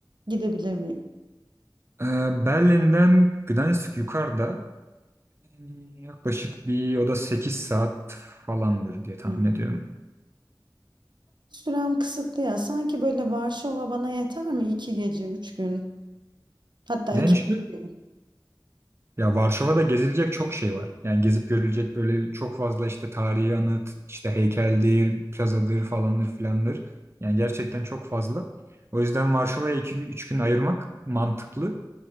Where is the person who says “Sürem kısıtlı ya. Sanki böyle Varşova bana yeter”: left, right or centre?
Right